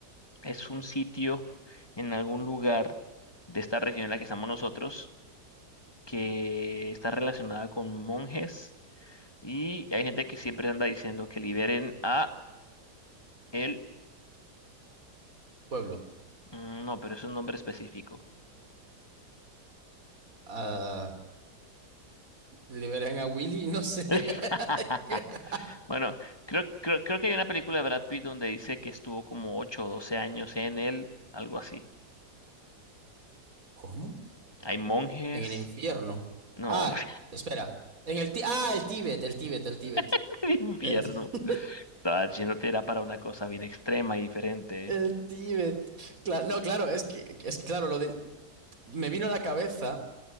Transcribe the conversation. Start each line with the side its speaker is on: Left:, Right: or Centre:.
Left: Es un sitio en algún lugar de esta región en la que estamos nosotros que está relacionada con monjes y hay gente que siempre anda diciendo que liberen a él
Right: pueblo,
Left: No, pero es un nombre específico.
Right: ah, liberan a Willy, no sé.
Left: <laughs>
Right: <laughs>
Left: Bueno, creo, creo, creo que hay una película de Brad Pitt donde dice que estuvo como 8 o 12 años en él, algo así.
Right: ¿Cómo?
Left: Hay monjes.
Right: En el infierno.
Left: No,
Right: Ah,
Left: hombre,
Right: espera, en el, Tí- ah, el Tíbet, el Tíbet, el Tíbet.
Left: <laughs> el invierno.
Right: El, Tí-
Left: Estaba yéndote era para una cosa bien extrema y diferente.
Right: el Tíbet. Claro, no, claro, es que, es que, claro, lo del, me vino a la cabeza.